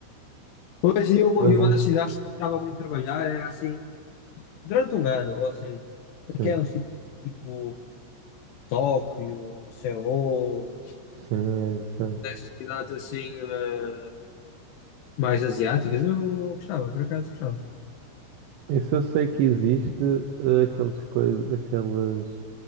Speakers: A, on the left (about 75°); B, on the right (about 75°).
A: Pois, e uma,
B: para
A: e
B: lá.
A: uma das cidades que eu gostava muito de trabalhar era assim, durante um ano, ou assim,
B: Sim.
A: aquelas tipo, tipo Tóquio, Seul,
B: Sim, é isso. é.
A: cidades assim eh, mais asiáticas. Eu gostava, por acaso gostava.
B: Isso eu sei que existe, eh, aqueles coisas, aqueles,